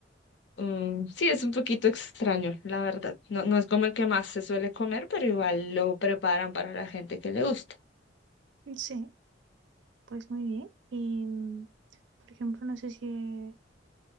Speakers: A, on the left; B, on the right.
A: Mm, sí, es un poquito extraño, la verdad. No, no es como el que más se suele comer, pero igual lo preparan para la gente que le gusta.
B: Sí, pues muy bien. Y, mm, por ejemplo, no sé si